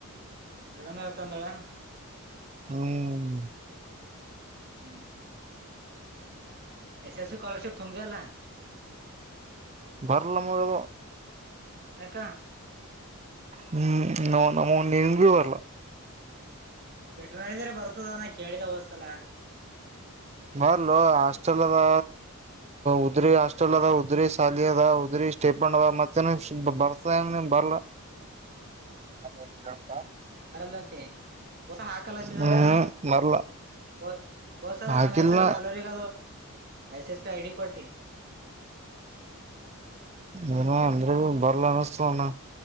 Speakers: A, on the right (about 45°); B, on the right (about 30°).
A: ಮೇಡಂ ಹೇಳ್ತಾ ಅಂದಳ ಏನ
B: ಹ್ಮ್
A: ಹ್ಮ್ ಎಸ್ ಎಸ್ ಸಿ ಸ್ಕಲರ್ಶಿಪ್ ತುಂಬಾ ಇಲ್ಲ
B: ಬರ್ಲ ನಮಗದು
A: ಯಾಕ
B: ಹ್ಮ್ ನೋ ನ ನಿನ್ಗ ಬರ್ಲ್ಲ
A: ವೆಟನರಿದ್ರ ಬರ್ತದ ನ ಕೇಳಿದ ಹೋದಸಲ
B: ಬರ್ಲು ಹಾಸ್ಟೆಲ್ದ ಉದ್ರಿ ಹಾಸ್ಟೆಲ್ ಅದ ಉದ್ರಿ ಶಾಲಿ ಅದ ಉದ್ರಿ ಸ್ಟೇಪಂಡ್ ಅದ ಮತ್ತೆ ಬರ್ತಂಗ ಬರ್ಲ
A: <inaudible>
B: <unintelligible>
A: ಬರಲ್ಲಂತೆ ಹೊಸ ಹಾಕಲತ್ತಿದಲ್ಲದ
B: ಹ್ಮ್
A: ಹದ
B: ಬರ್ಲ
A: ಹೋದ್ಸರ
B: ಹಾಕಿಲ್ಲ
A: ರಮೇಶ್ ಸರ್ ಎಲ್ಲರಿಗ ice S P I D ಕೊಡ್ ಟಿ
B: ನ ಅಂದ್ರೆ ಬರ್ಲ ಅನಿಸತಣ